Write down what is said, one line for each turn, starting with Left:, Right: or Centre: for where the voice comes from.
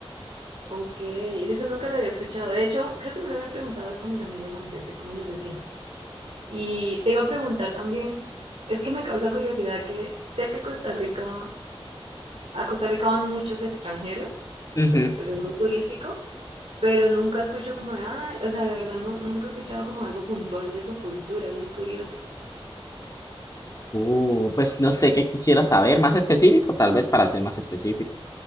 Right: Ok, eso nunca lo había escuchado. De hecho, creo que no le había preguntado eso a mis amigos antes, de cómo les decían. Y te iba a preguntar también, es que me causa curiosidad que sé que Costa Rica A Costa Rica van muchos extranjeros,
Left: Ujú.
Right: porque pues es muy turístico, pero nunca escucho como de, "Ay", o sea, de verdad no, nunca he escuchado como algo puntual de su cultura, es muy curioso.
Left: Uh, pues no sé qué quisiera saber, más específico, tal vez para ser más específico.